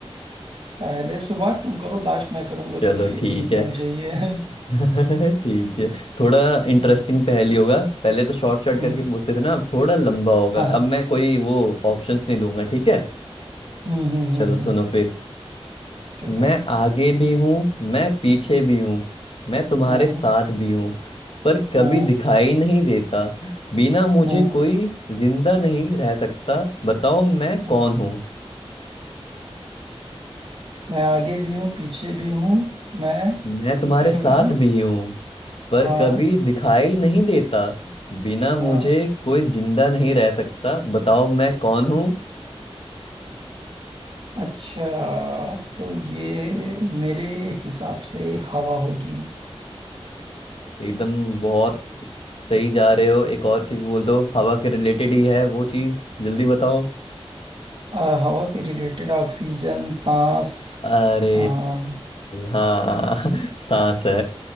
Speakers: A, on the right; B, on the left.
A: पहले शुरुआत तुम करो लास्ट मैं करूंगा
B: चलो
A: क्योंकि
B: ठीक
A: जीतना
B: है
A: मुझे ये है
B: <laughs> ठीक है थोड़ा इंटरेस्टिंग
A: हम्म
B: पहेली होगा पहले तो शॉर्ट शॉर्ट
A: हम्म,
B: करके पूछते थे ना अब थोड़ा लंबा होगा
A: हाँ
B: अब
A: हाँ
B: मैं कोई वो ऑप्शंस नहीं दूंगा ठीक है
A: हम्म हम्म
B: चलो
A: हम्म
B: सुनो
A: हम्म,
B: फिर
A: ठीक
B: मैं
A: है
B: आगे भी हूँ मैं पीछे भी हूँ मैं तुम्हारे
A: हम्म
B: साथ भी हूँ पर कभी
A: हम्म
B: दिखाई नहीं देता बिना मुझे
A: हम्म
B: कोई जिंदा नहीं रह सकता बताओ मैं कौन
A: हम्म
B: हूँ
A: मैं आगे भी हूँ पीछे भी हूँ मैं
B: मैं तुम्हारे
A: फिर से
B: साथ
A: बताना
B: भी हूँ पर
A: हाँ
B: कभी दिखाई नहीं देता बिना मुझे
A: हाँ
B: कोई जिंदा नहीं रह सकता बताओ मैं कौन हूँ
A: अच्छा
B: हम्म।
A: तो ये मेरे हिसाब से हवा होगी
B: एकदम बहुत स- सही जा रहे हो एक और चीज बोल दो हवा के रिलेटेड ही है वो चीज जल्दी बताओ
A: आ, हवा के रिलेटेड ऑक्सीजन सांस
B: अरे
A: आ, हम्म,
B: हाँ <laughs> सांस है